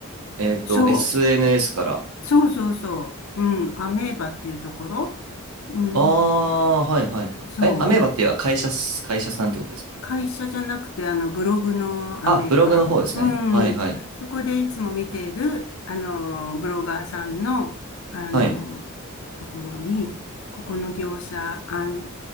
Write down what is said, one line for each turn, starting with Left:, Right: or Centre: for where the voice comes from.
Right: えっと、
Left: そう。
Right: SNS から。
Left: そうそうそう。うん。アメーバっていうところ。うん。
Right: ああ、はいはいはい。
Left: そう。
Right: え、アメーバっていう会社っす、会社さんってことですか
Left: 会社じゃなくて、あの、ブログのアメーバ。
Right: あ、ブログの方ですね。
Left: うん。
Right: はいはい。
Left: そこでいつも見ている、あの、ブロガーさんの、あの、
Right: はい。
Left: ところに、ここの業者、あん、